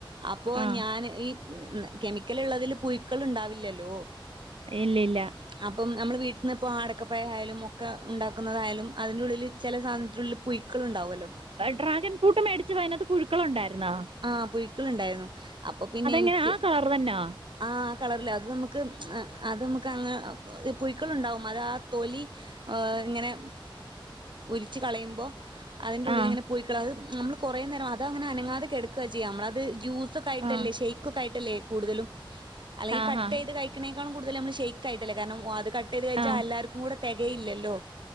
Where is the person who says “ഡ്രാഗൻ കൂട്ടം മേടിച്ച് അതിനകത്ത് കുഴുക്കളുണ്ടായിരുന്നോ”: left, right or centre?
Right